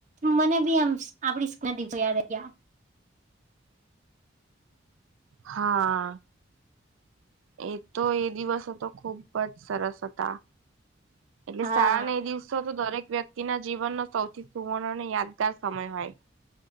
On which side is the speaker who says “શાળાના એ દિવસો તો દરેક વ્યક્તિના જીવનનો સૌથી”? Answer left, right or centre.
Right